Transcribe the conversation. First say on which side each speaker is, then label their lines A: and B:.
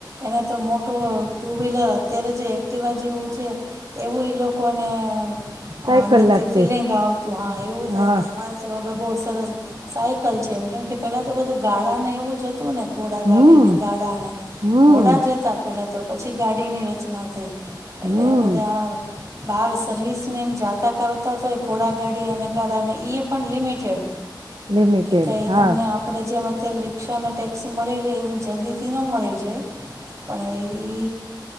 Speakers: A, on the right; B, on the right.
A: એને તો મોટું ટુવ્હીલર અત્યારે જે એક્ટિવા જેવું છે એવું ઈ લોકોને
B: સાયકલ
A: અહ અંદર
B: લાગતી
A: થી ફિલિંગ આવતું હા એવું થાય
B: હા
A: કે અમારે તો પણ બહુ સરસ સાયકલ છે એમ કેમ કે પેલા તો બધું ગાડા ને એવું જ હ તું ને, ઘોડા
B: હમ
A: ગાડીને ગાડાને
B: હમ
A: ઘોડા જ હતા પેલા. તો પછી ગાડીની રચના થઈ. એટલે
B: હમ
A: બધા બહાર સર્વિસને એમ જાતા કરતા તોય ઘોડા ગાડી અને ગાડા ને ઈ એ પણ લિમિટેડ.
B: લિમિટેડ
A: કઈ
B: હા
A: તમને આપડે જેવા અત્યારે રીક્ષા અને ટેક્સી મળી રહે એમ જલ્દીથી ન મળી જાય, પણ એ ઇ